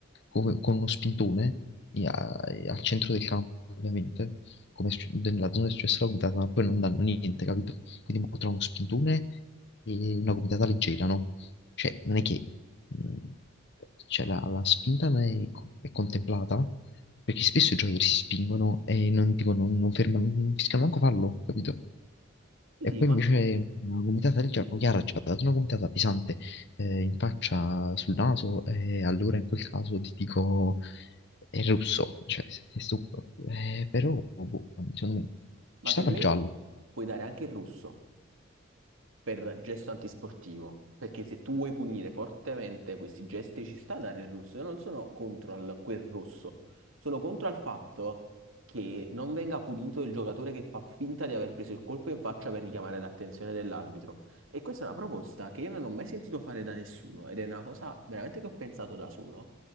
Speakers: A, on the left; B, on the right.
A: come- con uno spintone e a- e al centro del campo, ovviamente, come sc- nella zona di successo la guidata, ma poi non danno niente, capito? Quindi mo tra uno spintone e una guidata leggera, no? Cioè, non è che mh, cioè, la, la spinta non è, co- è contemplata, perché spesso i giocatori si spingono e non, tipo, non, non fermano, non fischiano manco fallo, capito? E
B: Sì, sì,
A: poi
B: ma
A: invece una gomitata del gioco, chiaro, ci ha dato una gomitata pesante eh, in faccia, sul naso, e allora in quel caso ti dico, è russo, cioè è stupido, Eh, però boh, secondo me
B: Ma
A: ci stava
B: per me
A: il giallo,
B: puoi dare anche il rosso per gesto antisportivo, perché se tu vuoi punire fortemente questi gesti ci sta a dare il rosso. Io non sono contro al- quel rosso, sono contro al fatto che non venga punito il giocatore che fa finta di aver preso il colpo in faccia per richiamare l'attenzione dell'arbitro. E questa è una proposta che io non ho mai sentito fare da nessuno ed è una cosa veramente che ho pensato da solo